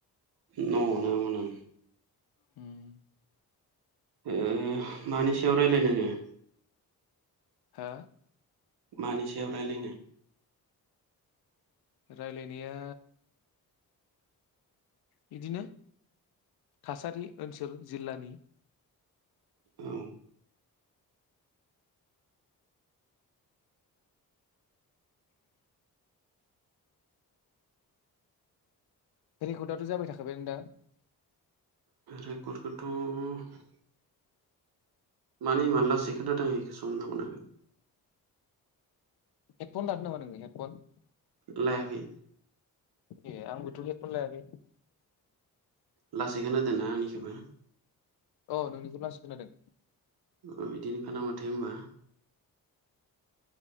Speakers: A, on the right (about 75°); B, on the left (about 75°).
A: न'आव नोमोन आं।
B: हम।
A: ए मानि सायाव रायलायनो नो जोङो?
B: हा?
A: मानि सायाव राय्लायनो?
B: राय्लायनाया यिदिनो थासारि ओनसोल जिल्लानि।
A: औ।
B: रेकर्डआथ' दाथ' जाबाय थाखाबायानो दा?
A: रेकर्डखौथ' <inaudible> मानि यिमान लासैखोनादों यिखौसो हमना मोनाखै।
B: हेदफन लादों नामा नोङो हेदफन?
A: लायाखै।
B: ए आंबोथ' हेदफन लायाखै।
A: लासै खोनादो ना आंनिखौबो?
B: अ नोंनिखौ लासै खोनादों।
A: ओ बिदिनो खोनाबाय थायो होनबा‌।